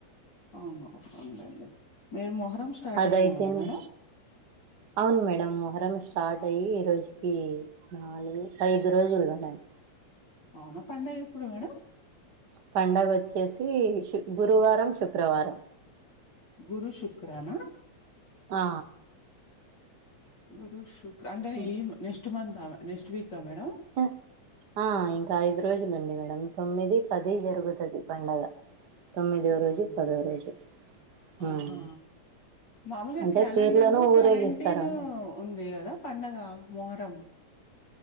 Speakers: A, on the left; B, on the right.
A: అవును అవునులేండి మీరు మొహరం స్టార్ట్
B: అదయితేనే
A: అయిందేమో కదా మేడం
B: అవును మేడం మొహరం స్టార్ట్ అయ్యి ఈరోజుకి నాలుగు ఐదు రోజులు ఉన్నాయి
A: అవునా పండగ ఎప్పుడు మేడం
B: పండగ వచ్చేసి శు గురువారం శుక్రవారం
A: గురు శుక్ర నా
B: ఆ
A: గురు శుక్ అంటే నే
B: హ్మ్.
A: ఈ నెక్స్ట్ మంతా నెక్స్ట్ వీకా మేడం
B: ఉమ్ ఆ ఇంకా ఐదు రోజులుండి మేడం తొమ్మిదీ పదీ జరుగుతది పండగ తొమ్మిదో రోజు
A: ఔనా
B: పదో రోజు
A: అ
B: ఉమ్
A: హా మాముల్గ
B: అంటే
A: క్యాలెండర్
B: పీర్లను
A: లో
B: ఊరేగిస్తారు
A: సవెంటీనూ
B: మేడం
A: ఉంది గద పండగా మొహరం